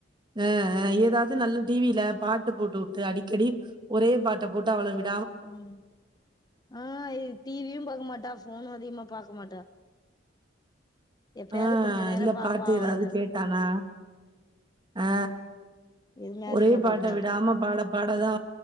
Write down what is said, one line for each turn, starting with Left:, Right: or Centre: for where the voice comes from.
Right: ஆ ஆ ஏதாவது நல்ல டி வி ல பாட்ட போட்டு விட்டு அடிக்கடி ஒரே பாட்ட போட்டு அவள வி
Left: ம் ஆ இது டி வி யு பாக்க மாட்டா ஃபோனு அதிகமா பாக்க மாட்டா. எப்பயாவது
Right: ஆ
Left: கொஞ்ச நேரோ
Right: இல்ல
Left: பாப்பா
Right: பாட்டு
Left: அவ்ளோதா
Right: ஏதாவது கேட்டானா ஆ
Left: எதுவுமே
Right: ஒரே
Left: அதிகமா
Right: பாட்ட
Left: பாக்க மாட்டா
Right: விடாம பாட பாடதா